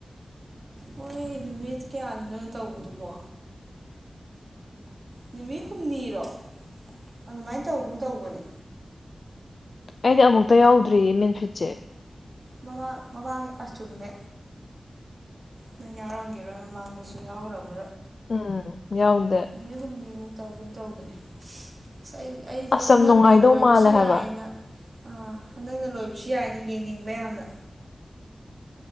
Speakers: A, on the right; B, on the left.
A: ꯍꯣꯏ ꯅꯨꯃꯤꯠ ꯀꯌꯥꯅꯤꯅꯣ ꯇꯧꯗꯨꯕꯣ ꯅꯨꯃꯤꯠ ꯍꯨꯝꯅꯤꯔꯣ ꯑꯗꯨꯃꯥꯏꯅ ꯇꯧꯒꯨꯝ ꯇꯧꯕꯅꯦ
B: ꯑꯩꯗꯤ ꯑꯃꯨꯛꯇ ꯌꯥꯎꯗ꯭ꯔꯤꯌꯦ ꯃꯦꯟꯐꯤꯠꯁꯦ
A: ꯃꯃꯥꯡ ꯃꯃꯥꯡꯉꯦ ꯑꯥ ꯆꯨꯝꯃꯦ ꯅꯪ ꯌꯥꯎꯔꯝꯈꯤꯔꯣꯏ ꯃꯃꯥꯡꯗꯁꯨ ꯌꯥꯍꯧꯔꯝꯃꯔꯣꯏ
B: ꯎꯝ ꯌꯥꯎꯗꯦ
A: ꯅꯨꯃꯤꯠ ꯍꯨꯝꯅꯤꯃꯨꯛ ꯇꯧꯒꯨꯝ ꯇꯧꯕꯅꯦꯁ ꯑꯩ ꯑꯩꯁꯨ
B: ꯑꯁ
A: ꯍꯟꯗꯛꯅ
B: ꯌꯥꯝ ꯅꯨꯡꯉꯥꯏꯗꯧ
A: ꯂꯣꯏꯕꯁꯨ
B: ꯃꯥꯜꯂꯦ ꯍꯥꯏꯕ
A: ꯌꯥꯏꯑꯦꯅ ꯑꯥ ꯍꯟꯗꯛꯅ ꯂꯣꯏꯕꯁꯨ ꯌꯥꯏꯅꯦ ꯌꯦꯡꯅꯤꯡꯕ ꯌꯥꯝꯅ